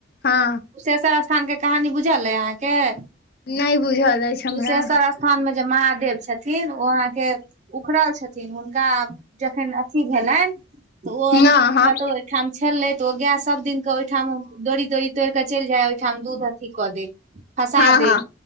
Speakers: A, on the left; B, on the right.
A: हँ
B: कुशेशर स्थान केँ कहानी बुझल ऐ अहाँकेँ
A: नहि बुझल अछि हमरा
B: कुशेश्वर स्थान मे जे महादेव छ थिन ओ अहाँकेँ उखड़ल छथिन हुनका जखैन अथी भेलैन तऽ ओ
A: हँ हँ
B: कतौ ओहिठाम छलले तऽ ओ गाय सब दिन कऽ ओहिठाम डोड़ी तोड़ी तोड़ कऽ चैल जाय ओयठाम दूध अथी कऽ दै खसा
A: हँ
B: दै
A: हँ